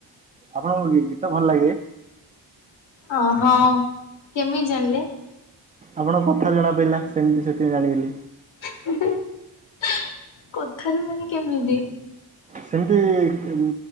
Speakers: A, on the right (about 20°); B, on the left (about 80°).
A: ଆପଣଙ୍କ ଗୀତ ଭଲ ଲାଗେ।
B: ହଁ -ହଁ କେମିତି ଜାଣିଲେ?
A: ଆପଣ କଥା ଜଣାପଡ଼ିଲା ସେମିତି ସେଥିପାଇଁ ଜାଣିଗଲି।
B: <unintelligible> କଥାରେ ମାନେ କେମିତି?
A: ସେମିତି ଉ